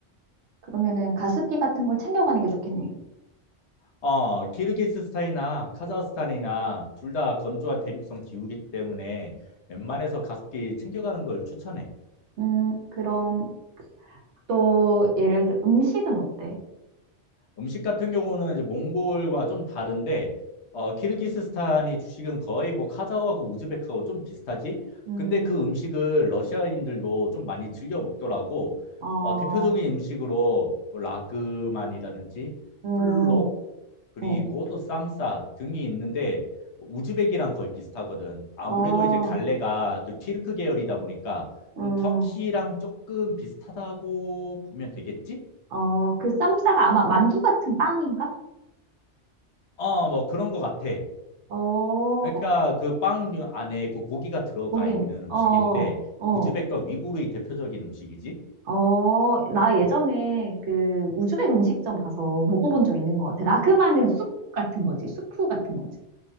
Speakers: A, on the right (about 75°); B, on the left (about 70°).
A: 그러면은 가습기 같은 걸 챙겨가는 게 좋겠네.
B: 어, 키르기스스탄이나 카자흐스탄이나 둘 다 건조한 대륙성 기후이기 때문에 웬만해서 가습기 챙겨가는 걸 추천해.
A: 음, 그럼 또 예를 들어 음식은 어때?
B: 음식 같은 경우는 이제 몽골과 좀 다른데, 어, 키르기스스탄이 주식은 거의 뭐 카자흐하고 우즈벡하고 좀 비슷하지?
A: 음,
B: 근데 그 음식을 러시아인들도 좀 많이 즐겨 먹더라고.
A: 어,
B: 어, 대표적인 음식으로 뭐 라그만이라든지,
A: 음, 어,
B: 플롭, 그리고
A: 어,
B: 또 쌈싸 등이 있는데 우즈벡이랑 거의 비슷하거든. 아무래도
A: 어,
B: 이제 갈래가 또 튀르크 계열이다 보니까
A: 음,
B: 좀 터키랑 조금 비슷하다고 보면 되겠지?
A: 어, 그 쌈싸가 아마 만두 같은 빵인가?
B: 어, 뭐 그런 것 같아.
A: 어,
B: 그러니까 그 빵 안에 그 고기가 들어가
A: 거긴,
B: 있는 음식인데
A: 어, 어.
B: 우즈벡과 위구르의 대표적인 음식이지.
A: 어, 나 예전에 그 우즈벡 음식점 가서 먹어본 적 있는 것 같아. 라그마는 숲 같은 거지. 수프 같은 거지.